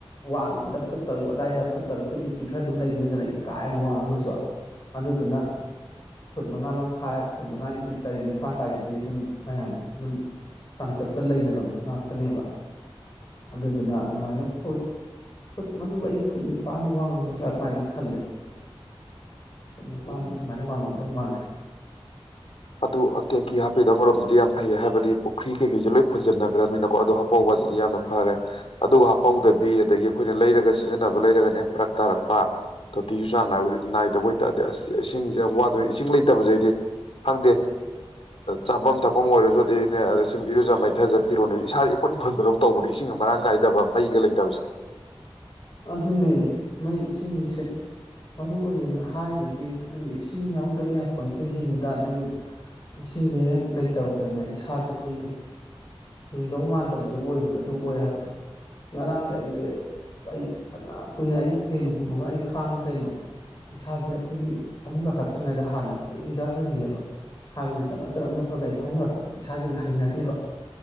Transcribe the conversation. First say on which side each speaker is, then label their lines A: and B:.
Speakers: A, on the left; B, on the left.
A: ꯋꯥꯡꯉꯥꯕꯗ ꯐꯨꯠ ꯇꯔꯨꯛ ꯑꯋꯥꯏꯗ ꯐꯨꯠ ꯇꯔꯨꯛꯀꯥ ꯏꯟꯆꯤ ꯈꯔ ꯑꯗꯨꯝ ꯂꯩꯗꯣꯏꯅꯤꯗꯅ ꯀꯥ ꯍꯦꯟꯅ ꯋꯥꯡꯉꯒꯁꯨ ꯑꯗꯨꯗꯨꯅ ꯐꯨꯠ ꯃꯉꯥ ꯃꯈꯥꯏ ꯐꯨꯠ ꯃꯉꯥ ꯏꯟꯆꯤ ꯇꯔꯦꯠ ꯅꯤꯄꯥꯟ ꯀꯥꯏꯖꯤꯗꯤ ꯑꯗꯨꯝ ꯃꯌꯥꯝ ꯑꯗꯨꯝ ꯆꯥꯡꯆꯠꯇ ꯂꯩꯅꯕꯃꯛ ꯉꯥꯛꯇꯅꯦꯕ ꯑꯗꯨꯗꯨꯅ ꯑꯗꯨꯃꯥꯏꯅ ꯄꯣꯠ ꯐꯨꯠ ꯃꯗꯨꯕꯨ ꯑꯩ ꯐꯨꯠ ꯅꯤꯄꯥꯟꯒ ꯋꯥꯡꯉꯒꯗ꯭ꯔꯥ ꯑꯗꯨꯃꯥꯏꯅ ꯈꯜꯂꯦ ꯐꯨꯠ ꯅꯤꯄꯥꯥꯟ
B: ꯎꯝ
A: ꯑꯗꯨꯃꯥꯏꯅ ꯋꯥꯡꯉꯝꯗꯧ ꯃꯥꯜꯂꯦ
B: ꯑꯗꯨ ꯇꯦꯡꯀꯤ ꯍꯥꯞꯄꯤꯗꯣ ꯑꯃꯔꯣꯝꯗꯤ ꯌꯥꯝ ꯐꯩꯌꯦ ꯍꯥꯏꯕꯗꯤ ꯄꯨꯈ꯭ꯔꯤ ꯀꯩꯀꯩꯁ ꯂꯣꯏ ꯐꯟꯖꯟꯅꯈ꯭ꯔꯕꯅꯤꯅꯀꯣ ꯑꯗꯨ ꯍꯥ ꯍꯧꯕꯁꯤꯗꯤ ꯌꯥꯝꯅ ꯐꯔꯦ ꯑꯗꯨꯒ ꯍꯥꯄꯧꯗꯕꯤ ꯑꯗꯒꯤ ꯑꯩꯈꯣꯏꯅ ꯂꯩꯔꯒ ꯁꯤꯖꯤꯟꯅꯕ ꯂꯩꯔꯒꯅꯦ ꯍꯦꯛ ꯐꯔꯛ ꯇꯥꯔꯛꯄ ꯇꯣꯇꯤꯁꯨ ꯆꯥꯡ ꯅꯥꯏꯕꯗꯤ ꯅꯥꯏꯗꯕ ꯑꯣꯏꯇꯥꯥꯔꯗꯤ ꯑꯁ ꯏꯁꯤꯡꯁꯦ ꯌꯥꯝ ꯋꯥꯗꯣꯏ ꯏꯁꯤꯡ ꯂꯩꯇꯕꯁꯦ ꯑꯩꯗꯤ ꯈꯪꯗꯦ ꯆꯥꯐꯝ ꯊꯛꯐꯝ ꯑꯣꯏꯔꯁꯨ ꯑꯗꯨꯗ ꯑꯅꯦ ꯑ ꯁꯨꯝ ꯏꯔꯨꯖ ꯃꯩꯊꯖ ꯐꯤꯔꯣꯅ ꯏꯁꯥ ꯄꯨꯟ ꯐꯟꯕꯗꯧ ꯇꯧꯕꯅꯦ ꯏꯁꯤꯡꯒ ꯃꯔꯥꯡ ꯀꯥꯏꯗꯕ ꯃꯩꯒ ꯂꯩꯇꯕꯁꯦ
A: ꯑꯗꯨꯅꯦ ꯃꯩ ꯏꯁꯤꯡ ꯅꯨꯡꯁꯤꯠ ꯃꯔꯨꯏꯌꯦꯅ ꯍꯥꯏꯗꯗꯤ ꯑꯗꯨꯅ ꯏꯁꯤꯡ ꯌꯥꯎꯗꯕ ꯌꯥꯄ ꯅꯠꯇꯦ ꯍꯤꯡꯕꯗ ꯑꯗꯨ ꯏꯁꯤꯡꯁꯦ ꯍꯦꯛ ꯂꯩꯇꯕꯗꯅꯦ ꯏꯁꯥꯥꯁꯦ ꯈꯪꯗꯦ ꯍꯤꯡꯗꯧ ꯃꯥꯟꯗꯕꯗꯨ ꯑꯣꯏꯕꯗ ꯑꯗꯨ ꯑꯣꯏ ꯍꯥꯏꯕ ꯑ ꯉꯔꯥꯡꯁꯦ ꯑꯩꯁꯦ ꯑꯩ ꯐꯅ ꯀꯨꯏꯅ ꯑꯩ ꯐꯦꯟ ꯍꯨꯝꯃꯒ ꯑꯩ ꯈꯥꯡꯉꯤ ꯀꯩꯅꯣ ꯏꯁꯥꯁꯦ ꯑꯩꯈꯣꯏꯒꯤ ꯐꯃꯨꯡ ꯀꯥꯈꯠꯇ꯭ꯔꯤꯉꯩꯗ ꯍꯥꯟꯅ ꯂꯣꯏ ꯏꯪꯊꯍꯜꯂꯤꯅꯦꯕ ꯍꯥꯏꯕꯗꯤ ꯆꯠꯞ ꯆꯠꯅvꯞ ꯅꯞꯄꯒ ꯏ ꯐꯃꯒꯥꯈꯠꯄꯗ ꯏꯁꯥꯒꯤ ꯑꯣꯏꯅ ꯍꯩꯅꯗꯦꯕ